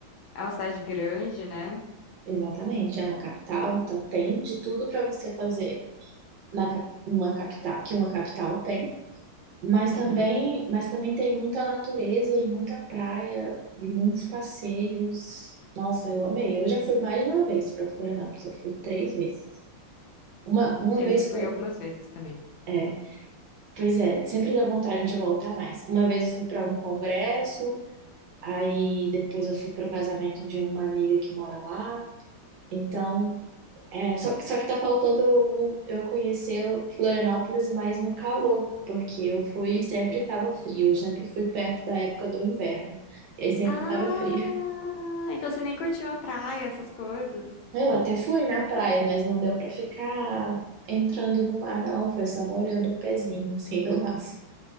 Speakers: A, on the left (about 75°); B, on the right (about 70°).
A: É uma cidade grande, né?
B: Exatamente, é uma capital, então tem de tudo para você fazer na, cap- numa capital, que uma capital tem, mas
A: Uhum.
B: também, mas também tem muita natureza e muita praia e muitos passeios. Nossa, eu amei. Eu já fui mais de uma vez para Florianópolis, eu fui três vezes. Uma, uma
A: Eu
B: vez
A: já fui
B: foi,
A: algumas vezes também.
B: é, pois é, sempre dá vontade de voltar mais. Uma vez eu fui para um congresso, aí depois eu fui para o casamento de uma amiga que mora lá. Então, É, só, que- só que tá faltando eu, eu conhecer Florianópolis mais no calor, porque eu fui, sempre tava frio, eu sempre fui perto da época do inverno, e aí sempre
A: Ah,
B: tava frio. <laughs>
A: então você nem curtiu a praia, essas coisas.
B: Eu até fui na praia, mas não deu pra ficar entrando no mar, não, foi só molhando o pezinho, assim, no máximo.